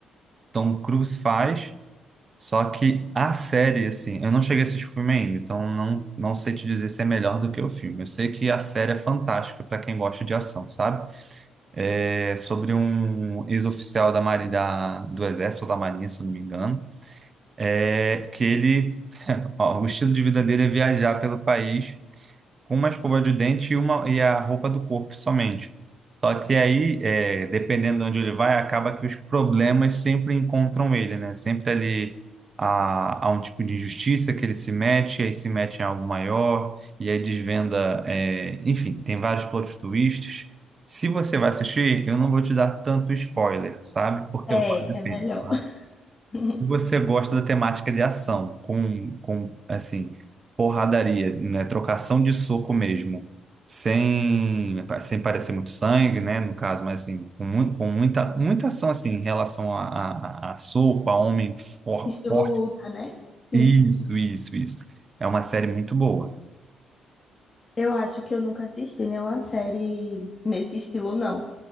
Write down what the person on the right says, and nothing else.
Tom Cruise faz. Só que a série, assim, eu não cheguei a assistir o filme ainda, então não, não sei te dizer se é melhor do que o filme. Eu sei que a série é fantástica para quem gosta de ação, sabe? É sobre um ex-oficial da Marinha, da, do Exército ou da Marinha, se eu não me engano, é, que ele, <laughs> ó, o estilo de vida dele é viajar pelo país com uma escova de dente e, uma, e a roupa do corpo somente. Só que aí, é, dependendo de onde ele vai, acaba que os problemas sempre encontram ele, né? Sempre ali há, há um tipo de injustiça que ele se mete, aí se mete em algo maior, e aí desvenda. é, enfim, tem vários plot twists. Se você vai assistir, eu não vou te dar tanto spoiler, sabe? Porque
vale a
pena, sabe?
E Você gosta da temática de ação, com, com assim, porradaria, né? Trocação de soco mesmo. Sem, sem parecer muito sangue, né? No caso, mas assim, com, mui- com muita, muita ação assim, em relação a, a, a a soco, a homem for-
forte.
Isso, isso, isso. É uma série muito boa.